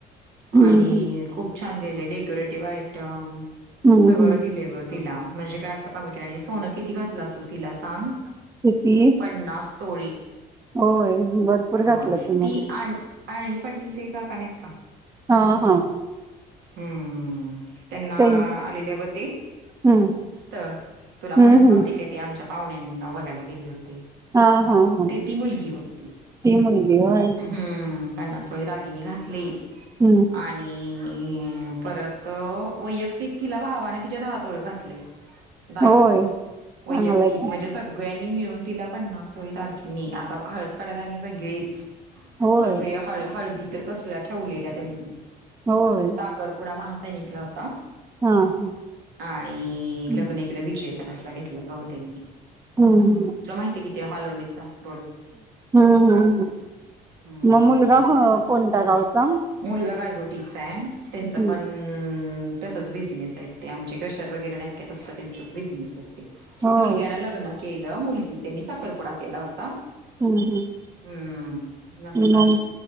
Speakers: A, on the right (about 20°); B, on the right (about 80°).
A: हम्म
B: आणि
A: हम्म
B: खूप छान दिले डेकोरेटिव्ह आयटम
A: हम्म
B: सगळं
A: हम्म
B: दिले ब तिला म्हणजे काय असं कमी केलं नाही सोनं किती घातलं असेल तिला सांग
A: किती
B: पन्नास तोळी
A: होय भरपूर घातलं
B: हो
A: कि
B: ती
A: मग
B: आण आणल पटल ते का कानात का
A: हा हा
B: हम्म त्यांना
A: ते
B: आलेल्या ब ते
A: हम्म
B: तर तुला म्हणत
A: हम्म हम्म
B: नव्हती काय ते आमच्या पाहुण्यांना वघायला गेले होते
A: हा हा हा
B: ते ती मुलगी बघती
A: ती मुलगी होय
B: हम्म पन्ना दगि घातली
A: हम्म
B: आणि आणि परत वैयक्तिक तिला भावाने तिच्यात हातोळ घातले दागिना
A: होय
B: वैयक्तिक
A: चांगलाय की
B: म्हणजे सगळ्यांनी मिळून तिला पन्नास सोळी दागिनी आता हळद काढायला नाही वेगळेच
A: होय
B: सगळ्या हळ हळदी तर कसल्या ठेवलेल्या त्यांनी
A: होय
B: अपुडा मनिकला होता
A: हा हा
B: आणि
A: हम्म
B: ल इिकडे विजयपाला असला घेतलं ग त्यांनी
A: हम्म
B: तुला माहिती किती हालोंडीचा रोड
A: हम्म हम्म
B: हम्म
A: मग मुलगा कोणता गावचा
B: मुलगा कायकोटीचा आहे त्यांच
A: हम्म
B: पण तसच बिझनेस आहेत ते आमचे कशर वगैरे तस त्यां बिझनेस य
A: हो
B: मुलना
A: हम्म
B: लग्ना केलं मुलगी त्यांनी साखरपुडा केला होता
A: हम्म
B: हम्म नसं झालं
A: मग